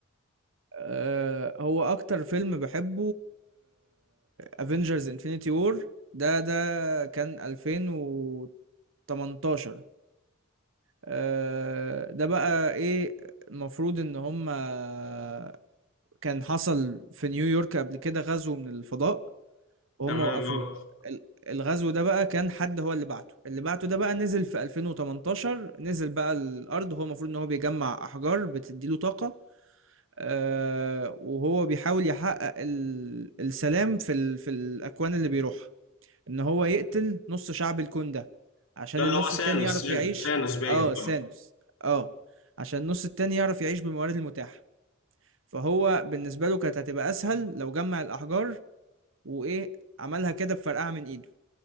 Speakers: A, on the right; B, on the left.
A: آه، هو أكتر فيلم بحبه افنجرز انفينيتي وور ده ده كان 2018 آه، ده بقى ايه المفروض ان هما كان حصل في نيويورك قبل كده غزو من الفضاء وهم
B: تمام
A: وقفوه
B: اه.
A: ال- الغزو ده بقى كان حد هو اللي بعته اللي بعته ده بقى نزل في 2018 نزل بقى الأرض هو المفروض إن هو بيجمع أحجار بتديله طاقة آه وهو بيحاول يحقق ال- السلام في ال في الأكوان اللي بيروحها إن هو يقتل نص شعب الكون ده عشان
B: ده اللي
A: النص
B: هو سانوس
A: التاني يعرف
B: سانوس
A: يعيش
B: سانوس باين
A: اه ثانوس
B: صح
A: اه عشان النص التاني يعرف يعيش بالموارد المتاحة فهو بالنسبة له كانت هتبقى أسهل لو جمع الأحجار وإيه عملها كده بفرقعة من إيده